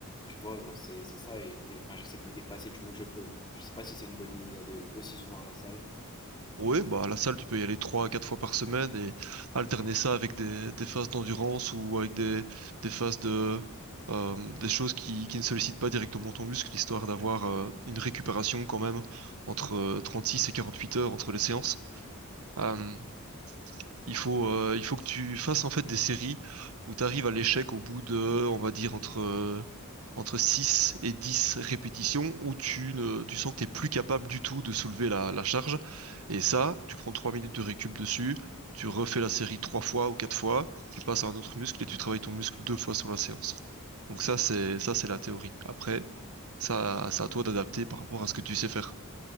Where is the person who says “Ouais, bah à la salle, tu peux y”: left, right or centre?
Right